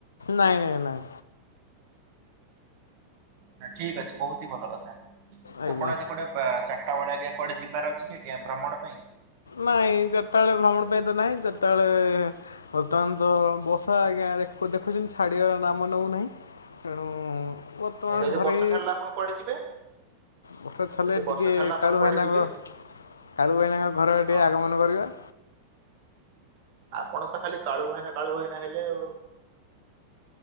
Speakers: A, on the left; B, on the right.
A: ନାଇଁ ନାଇଁ ନାଇଁ
B: ନା ଠିକ୍ ଅଛି ବହୁତ ହିଁ ଭଲ କଥା
A: ଆଜ୍ଞା
B: ଆପଣ ଆଜି କୁଆଡ଼େ ଚାରିଟା ବେଳେ ଆଜ୍ଞା କୁଆଡ଼େ ଯିବାର ଅଛି କି? ଆଜ୍ଞା ଭ୍ରମଣ ପାଇଁ
A: ନାଇଁ ଯେତେବେଳେ ଭ୍ରମଣ ପାଇଁ ତ ନାହିଁ ଯେତେବେଳେ ବର୍ତମାନ ତ ବର୍ଷା ଆଜ୍ଞା ଦେଖୁଛନ୍ତି ଛାଡିବାର ନାମ ନଉ ନାହିଁ ତେଣୁ ବର୍ତ୍ତମାନ
B: ଯଦି
A: ଘରେ
B: ବର୍ଷା ଛାଡିଲା ଆପଣ କୁଆଡେ ଯିବେ
A: ବର୍ଷା ଛାଡିଲେ
B: ଯଦି ବର୍ଷା
A: ଟିକେ
B: ଛାଡିଲା ଆପଣ
A: କାଳୁ
B: କୁଆଡେ
A: ଭାଇନାଙ୍କ
B: ଯିବେ?
A: କାଳୁ ଭାଇନାଙ୍କ ଘର ଆଡେ
B: ହଁ
A: ଟିକେ ଆଗମନ କରିବା
B: ଆପଣ ତ ଖାଲି କାଳୁ ଭାଇନା କାଳୁ ଭାଇନା ହେଲେ ଆଉ